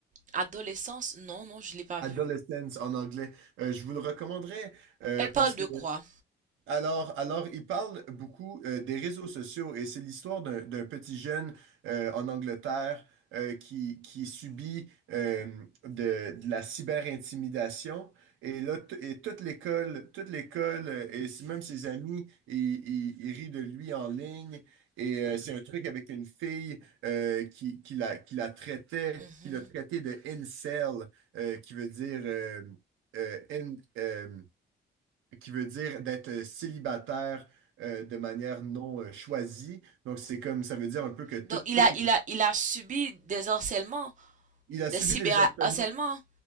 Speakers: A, on the right; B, on the right.
A: Adolescence, non, non, je l'ai pas
B: Adolescence
A: vu.
B: en anglais. Euh, je vous le recommanderais euh,
A: Elle parle
B: parce
A: de
B: que
A: quoi?
B: alors, alors, il parle beaucoup euh, des réseaux sociaux et c'est l'histoire d'un d'un petit jeune euh, en Angleterre euh, qui, qui subit euh, de, de la cyber-intimidation. Et là, t- et toute l'école, toute l'école euh, et s- même ses amis, ils ils- ils rient de lui en ligne. Et euh, c'est un truc avec une fille euh, qui, qui la, qui la traitait,
A: Mhm.
B: qui l'a traité de incel, euh, qui veut dire euh, euh, in- euh, qui veut dire d'être euh, célibataire euh, de manière non euh, choisie. Donc, c'est comme ça veut dire un peu que tout,
A: Donc,
B: tout-
A: il a, il a, il a subi des harcèlements,
B: il a
A: des
B: subi
A: cyberharcèlements.
B: des harcèlements,